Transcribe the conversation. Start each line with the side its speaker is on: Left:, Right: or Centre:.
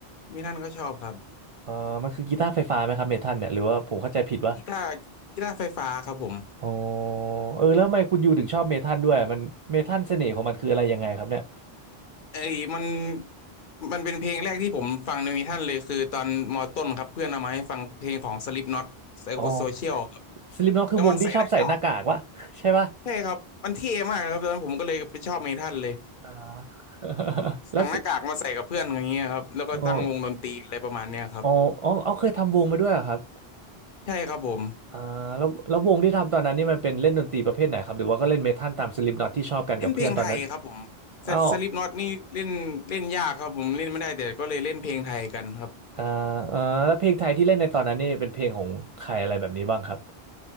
Left: เมทัลก็ชอบครับ
Right: เออมันคือกีตาร์ไฟฟ้าไหมครับเมทัลเนี่ยหรือว่าผมเข้าใจผิดวะ
Left: กีตาร์กีตาร์ไฟฟ้าครับผม
Right: อ๋อเออแล้วทำไมคุณยูถึงชอบเมทัลด้วยมันเมทัลเสน่ห์ของมันคืออะไรยังไงครับเนี่ย
Left: ไอ้มันมันเป็นเพลงแรกที่ผมฟังในมีท่านเลยคือตอนมอต้นครับเพื่อนเอามาให้ฟังเพลงของ Slipknot Psychosocial
Right: อ๋อ
Left: ครับ
Right: สลิปน็อตคือวงที่ชอบใส่หน้ากากวะ
Left: แล้วมันใส่หน้ากาก
Right: <laughs> ใช่ปะ
Left: ใช่ครับมันเท่มากครับตอนนั้นผมก็เลยไปชอบมีท่านเลย
Right: อ่า <laughs> แล้วส
Left: สั่งหน้ากากมาใส่กับเพื่อนอย่างเงี้ยครับแล้วก็ตั้งวงดนตรีอะไรประมาณเนี้ยครับ
Right: โออ๋ออ๋อเอาเคยทำวงมาด้วยเหรอครับ
Left: ใช่ครับผม
Right: อ่าแล้วแล้ววงที่ทำตอนนั้นนี่มันเป็นเล่นดนตรีประเภทไหนครับหรือว่าก็เล่นเมทัลตามสลิปน็อตที่ชอบกันกับเพื่อนตอนนั้น
Left: เล่นเพลงไทยครับผม
Right: เอ้า
Left: สลิปน็อตนี่เล่นเล่นยากครับผมเล่นไม่ได้แต่ก็เลยเล่นเพลงไทยกันครับ
Right: อ่าอ่าแล้วเพลงไทยที่เล่นในตอนนั้นนี่เป็นเพลงของใครอะไรแบบนี้บ้างครับ